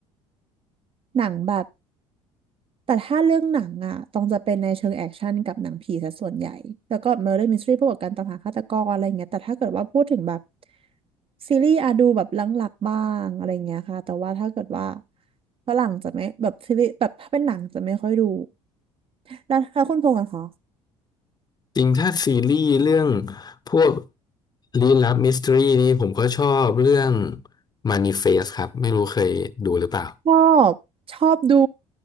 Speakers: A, on the right; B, on the left.
A: หนังแบบ แต่ถ้าเรื่องหนังอ่ะต้องจะเป็นในเชิงแอคชั่นกับหนังผีซะส่วนใหญ่ แล้วก็ Murder Mystery พวกกับการตามหาฆาตกรอะไรเงี้ยแต่ถ้าเกิดว่าพูดถึงแบบซีรีส์อะดูแบบหลังๆบ้างอะไรเงี้ยค่ะแต่ว่าถ้าเกิดว่าฝรั่งจะไม่แบบซีรีส์แบบถ้าเป็นหนังจะไม่ค่อยดู แล้วถ้าคุณพงษ์อะคะ
B: จริงถ้าซีรีส์เรื่องพวกลี้ลับมิส t ทรีนี่ผมก็ชอบเรื่อง Manifest ครับไม่รู้เคยดูหรือเปล่า
A: ชอบชอบดู